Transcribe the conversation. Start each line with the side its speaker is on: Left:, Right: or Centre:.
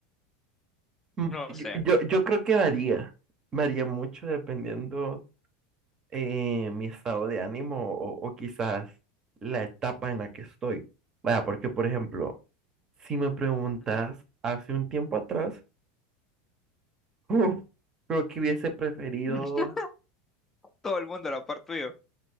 Right: mm,
Left: no
Right: yo,
Left: sé.
Right: yo, yo creo que varía. Varía mucho dependiendo eh, mi estado de ánimo o, o quizás la etapa en la que estoy. Vaya, porque, por ejemplo, si me preguntas
Left: Ujú.
Right: hace un tiempo atrás, uf, creo que hubiese preferido.
Left: <laughs> Todo el mundo, la parte tuyo.